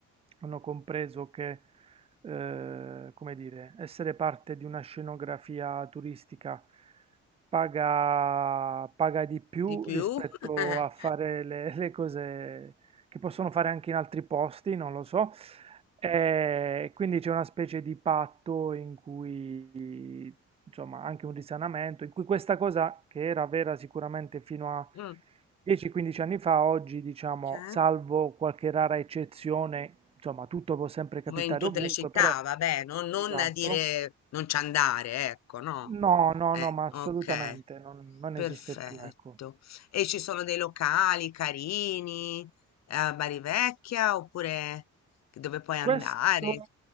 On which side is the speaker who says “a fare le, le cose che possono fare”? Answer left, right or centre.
Right